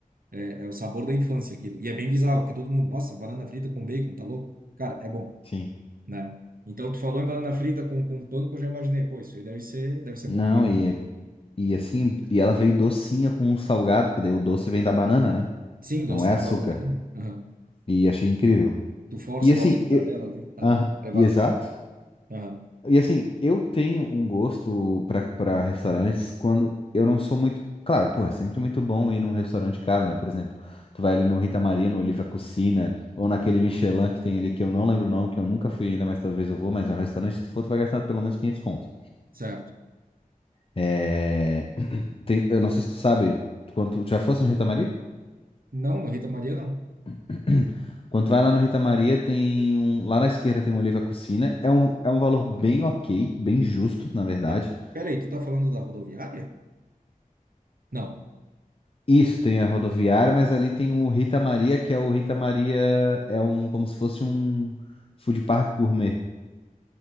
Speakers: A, on the right; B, on the left.
A: é, é o sabor da infância aquilo. E é bem bizarro, porque todo mundo, nossa, banana frita com bacon, tá louco? Cara, é bom,
B: sim.
A: né? Então, tu falou em banana frita com, com pão, que eu já imaginei, pô, isso aí deve ser, deve ser
B: Não,
A: bom.
B: e, é- e assim, e ela veio docinha com o salgado, porque daí o doce vem da banana, né?
A: Sim, o doce
B: Não é
A: da
B: açúcar.
A: própria banana. né? Aham.
B: E achei incrível.
A: Tu força
B: E assim,
A: o açúcar
B: eu...
A: dela, né? a-
B: ah,
A: Prevalece.
B: e exato.
A: Aham.
B: E assim, eu tenho um gosto pra para restaurantes quando eu não sou muito. Claro, pô, é sempre muito bom ir num restaurante caro, né? Por exemplo, tu vai ali no Rita Maria, no Oliva Cucina, ou naquele Michelin que tem ali, que eu não lembro o nome, que eu nunca fui ainda, mas talvez eu vou, mas é um restaurante, se tu for, tu vai gastar pelo menos 500 conto.
A: Certo.
B: É... Tem... Eu não sei se tu sabe quanto. Já fosse no Rita Maria?
A: Não, no Rita Maria não.
B: <clears throat> Quando vai lá no Rita Maria, tem um. Lá na esquerda tem um Oliva Cucina. É um, é um valor bem ok, bem justo, na verdade.
A: Ah, peraí, tu tá falando da rodoviária? Não.
B: Isso, tem a rodoviária, mas ali tem o Rita Maria, que é o Rita Maria. É um. Como se fosse um food park gourmet.